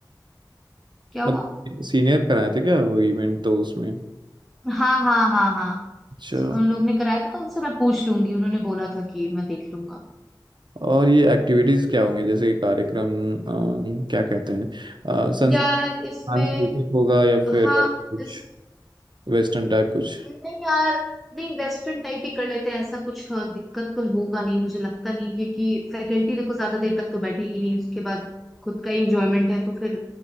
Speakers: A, in the centre; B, on the right (about 70°).
A: क्या हुआ
B: मतलब सीनियर कराए थे क्या वो इवेंट तो उसमें
A: हाँ हाँ हाँ
B: अच्छा
A: हाँ उन लोग ने कराया था तो उनसे मैं पूछ लूंगी उन्होंने बोला था कि मैं देख लूंगा
B: और ये एक्टिविटीज क्या होंगे जैसे कि कार्यक्रम अ, क्या कहते हैं अ, संस्कृ-
A: यार इसमें
B: सांस्कृतिक होगा या फिर
A: हाँ
B: कुछ
A: इस
B: वेस्टर्न टाइप कुछ
A: नहीं यार नहीं वेस्टर्न टाइप ही कर लेते हैं ऐसा कुछ अ, दिक्कत तो होगा नहीं मुझे लगता नहीं है, क्योंकि फैकल्टी देखो ज्यादा देर तक तो बैठेगी नहीं उसके बाद खुद का इंजॉयमेंट है तो फिर